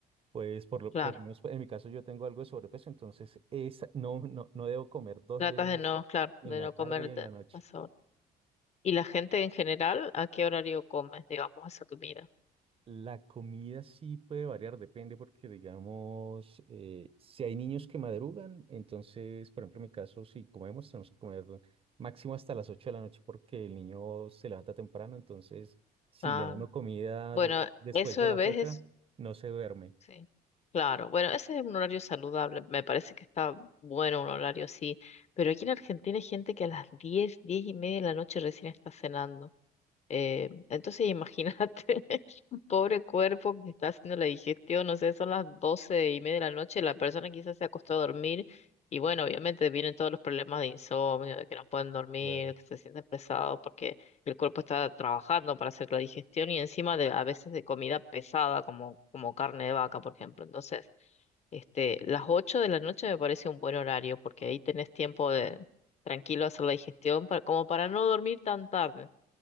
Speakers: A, on the right; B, on the left.
A: Pues por lo,
B: claro.
A: por lo menos en mi caso yo tengo algo de sobrepeso, entonces esa, no, no, no debo comer dos
B: Tratas
A: veces
B: de no, claro,
A: en
B: de
A: la
B: no comer
A: tarde y en
B: de-
A: la noche.
B: a esa hora. ¿Y la gente en general a qué horario come, digamos, esa comida?
A: La comida sí puede variar, depende porque, digamos, eh, si hay niños que madrugan, entonces, por ejemplo, en mi caso, si comemos, tenemos que comer máximo hasta las 8 de la noche porque el niño se levanta temprano, entonces, si
B: Claro.
A: le da uno comida
B: Bueno,
A: de- después
B: eso
A: de
B: de
A: las
B: vez
A: 8
B: es,
A: no se duerme,
B: sí. Claro. Bueno, ese es un horario saludable. Me parece que está bueno un horario así. Pero aquí en Argentina hay gente que a las 10, 10 y media de la noche recién está cenando. Eh, entonces <laughs> imagínate. pobre cuerpo que está haciendo la digestión, no sé, son las doce y media de la noche, la persona quizás se acostó a dormir y bueno, obviamente vienen todos los problemas de insomnio, de que no pueden dormir,
A: claro.
B: que se sienten pesados porque el cuerpo está trabajando para hacer la digestión y encima de a veces de comida pesada como, como carne de vaca, por ejemplo. Entonces, este, las ocho de la noche me parece un buen horario porque ahí tenés tiempo de tranquilo hacer la digestión para, como para no dormir tan tarde.